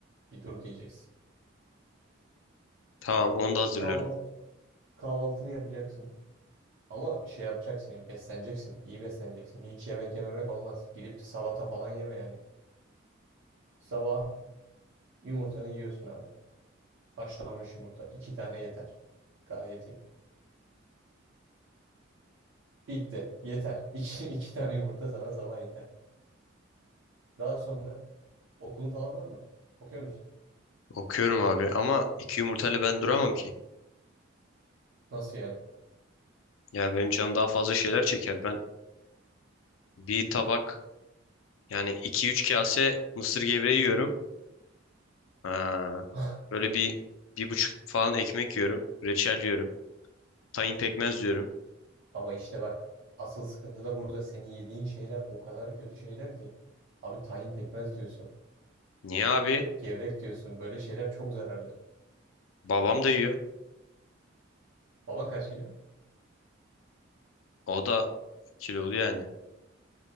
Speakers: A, on the right; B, on the left.
A: Bir dur diyeceksin.
B: tamam onu da hazırlıyorum.
A: Kahval- kahvaltını yapacaksın. Ama şey yapacaksın yani besleneceksin. İyi besleneceksin. Hiç yemek yememek olmaz. Gidip de salata falan yeme yani. Sabah yumurtanı yiyorsun abi. Haşlanmış yumurta. iki tane yeter. Gayet iyi. Bitti. Yeter. <laughs> İki, iki tane yumurta sana sabah yeter. Daha sonra okulun falan var mı? Okuyor musun?
B: Okuyorum abi ama iki yumurtayla ben duramam ki.
A: Nasıl yani?
B: Ya benim canım daha fazla şeyler çeker. Ben bir tabak yani iki üç kase mısır gevreği yiyorum. Ha,
A: <laughs>
B: böyle bir bir buçuk falan ekmek yiyorum. Reçel yiyorum. Tahin pekmez yiyorum.
A: Ama işte bak asıl sıkıntı da burada. Senin yediğin şeyler o kadar kötü şeyler ki. Abi tahin pekmez diyorsun.
B: Niye abi?
A: Gevrek diyorsun. Böyle şeyler çok zararlı.
B: Babam da yiyor.
A: Baban kaç kilo?
B: O da kilolu yani.